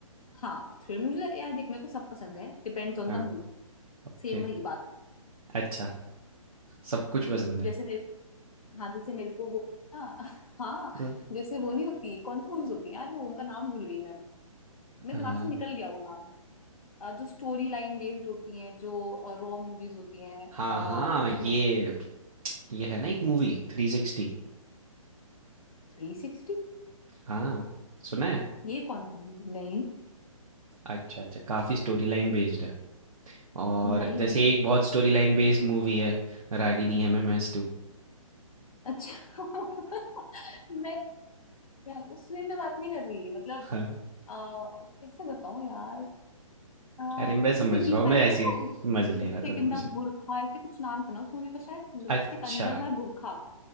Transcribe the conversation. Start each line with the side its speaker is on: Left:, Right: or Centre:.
Left: हाँ थ्रिल मुझे यार देख मेरे को सब पसंद है depends on
Right: हाँ,
Left: the mood
Right: ओके
Left: Same वही बात
Right: अच्छा सब कुछ पसंद है।
Left: जैसे मेरे हाँ जैसे मेरे को वो हाँ <laughs> हाँ
Right: हुँ।
Left: जैसे वो नहीं होती कौन सी मूवीज होती है यार वो उनका नाम भूल गई मैं मेरे
Right: हाँ,
Left: दिमाग से निकल गया वो नाम अ, जो स्टोरी लाइन बेस्ड होती हैं जो रॉ मूवीज होती हैं अ,
Right: हाँ,
Left: क्या
Right: हाँ ये ये है ना एक मूवी 360
Left: Three sixty
Right: हाँ, सुना है?
Left: ये कौन सी movie? नहीं
Right: अच्छा, अच्छा काफ़ी स्टोरी लाइन बेस्ड है। और
Left: नहीं
Right: जैसे
Left: नहीं
Right: एक बहुत स्टोरी लाइन बेस्ड मूवी है रागिनी एमएमएस टू
Left: अच्छा <laughs> मैं, मैं उसमें मैं बात नहीं कर रही मतलब
Right: हाँ
Left: अ, कैसे बताऊं यार अ,
Right: अरे मैं समझ
Left: जैसे बीच
Right: रहा हूँ
Left: में
Right: मैं
Left: आई थी
Right: ऐसे
Left: ना
Right: ही
Left: वो
Right: मजे
Left: लिपस्टिक
Right: ले रहा था
Left: इन
Right: तुमसे
Left: द बुरखा ऐसे कुछ नाम था ना उस मूवी का शायद लिपस्टिक
Right: अच्छा
Left: अंडर माय बुरखा